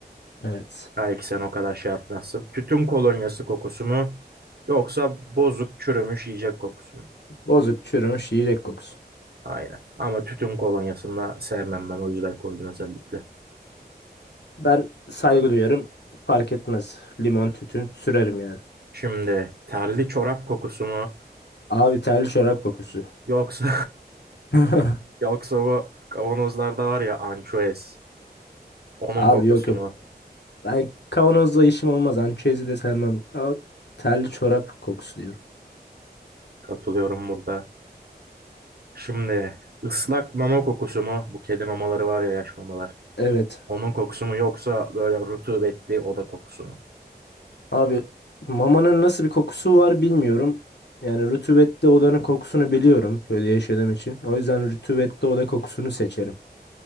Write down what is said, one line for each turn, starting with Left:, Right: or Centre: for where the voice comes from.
Left: Evet.
Right: Belki sen o kadar şey yapmazsın. Tütün kolonyası kokusu mu yoksa bozuk çürümüş yiyecek kokusu mu?
Left: Bozuk çürümüş yiyecek kokusu.
Right: Aynen. Ama tütün kolonyasını da sevmem ben o yüzden koydum özellikle.
Left: Ben saygı duyarım. Fark etmez. Limon tütün sürerim yani.
Right: Şimdi terli çorap kokusu mu
Left: Abi terli çorap kokusu.
Right: yoksa
Left: <laughs>
Right: <laughs> yoksa bu kavanozlarda var ya ançuez onun
Left: Abi
Right: kokusu
Left: yok yok.
Right: mu?
Left: Ben kavanozla işim olmaz. Ançezi de sevmem. Abi, terli çorap kokusu diyorum.
Right: Katılıyorum burada. Şimdi ıslak mama kokusu mu? Bu kedi mamaları var ya yaş mamalar.
Left: Evet.
Right: Onun kokusu mu yoksa böyle rutubetli oda kokusu mu?
Left: Abi mamanın nasıl bir kokusu var bilmiyorum. Yani rutubetli odanın kokusunu biliyorum köyde yaşadığım için. O yüzden rutubetli oda kokusunu seçerim.